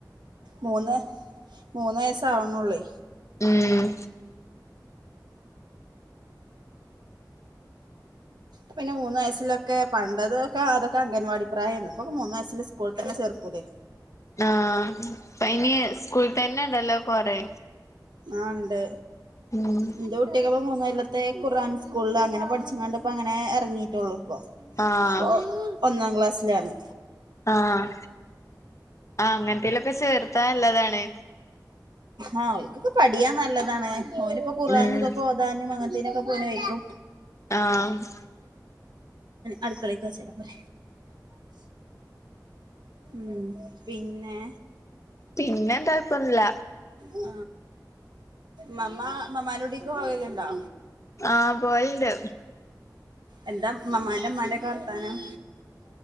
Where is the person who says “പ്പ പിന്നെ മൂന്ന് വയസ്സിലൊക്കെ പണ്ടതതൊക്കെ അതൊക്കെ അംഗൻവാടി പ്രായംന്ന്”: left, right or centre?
Right